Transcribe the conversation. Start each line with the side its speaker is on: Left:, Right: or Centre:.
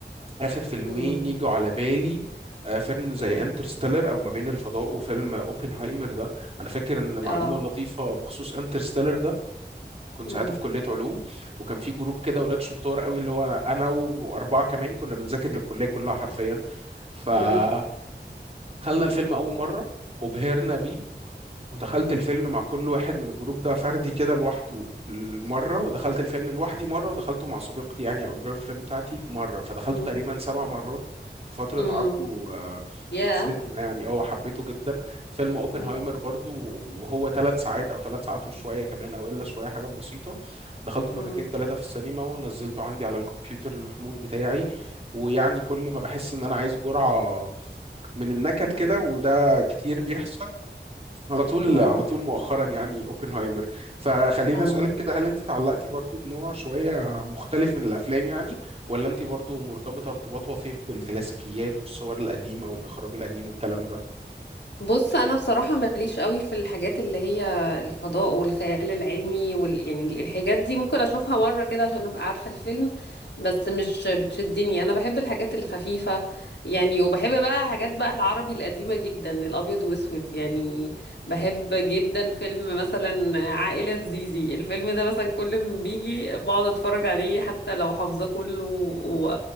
Right: اخر فيلمين
Left: مم.
Right: يجوا على بالي آه، فيلم زي
Left: مم.
Right: انترستيلر او ما بين الفضاء وفيلم اوبنهايمر ده انا فاكر ان
Left: اه
Right: معلومه لطيفه بخصوص انترستيلر ده كنت
Left: مم.
Right: ساعتها في كليه علوم وكان في جروب كده ولاد شطار قوي اللي هو انا أنا واربعه كمان كنا بنذاكر للكليه كلها حرفيا فدخلنا
Left: مم.
Right: الفيلم اول مره وبهرنا بيه ودخلت الفيلم مع كل واحد من الجروب ده فردي كده لوحده مرة
Left: مم.
Right: ودخلت الفيلم لوحدي مرة ودخلته مع صديقتي يعني أو الجيرل فريند بتاعتي مرة فدخلته
Left: مم.
Right: تقريبا سبع مرات في فترة
Left: مم.
Right: عرضه آه،
Left: يا
Right: في السينما يعني اه حبيته جدا فيلم اوبنهايمر
Left: مم.
Right: برضو وهو ثلاث ساعات أو ثلاث ساعات وشوية كمان أو إلا شوية حاجات بسيطة دخلته
Left: مم.
Right: مرتين ثلاثة في السينما ونزلته عندي على الكمبيوتر المحمول بتاعي ويعني كل ما بحس إن أنا عايز جرعة من النكد
Left: <laughs>
Right: كده
Left: مم.
Right: وده كتير بيحصل على طول
Left: اه
Right: على طول مؤخرا يعني اوبنهايمر فخليني
Left: آه.
Right: اسالك كده هل انت اتعلقتي برضو بنوع شويه مختلف من الافلام يعني ولا انت برضو مرتبطه ارتباط وثيق بالكلاسيكيات والصور القديمه والاخراج القديم والكلام ده
Left: بص انا بصراحه ماليش قوي في الحاجات اللي هي الفضاء والخيال العلمي وال... يعني الحاجات دي ممكن اشوفها مره كده عشان ابقى عارفه الفيلم بس مش بتشدني انا بحب الحاجات الخفيفه يعني وبحب بقى حاجات بقى العربي القديمه جدا الابيض واسود يعني بحب جدا فيلم مثلا عائله زيزي الفيلم ده مثلا كل ما بيجي بقعد اتفرج عليه حتى لو حافظاه كله و...